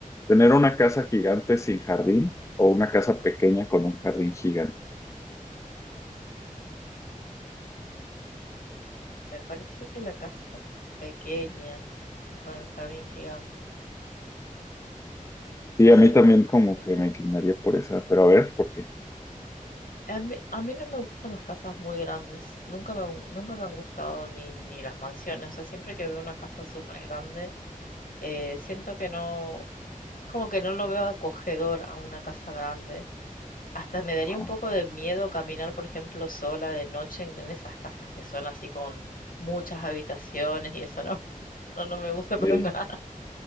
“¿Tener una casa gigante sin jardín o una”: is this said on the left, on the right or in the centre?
Left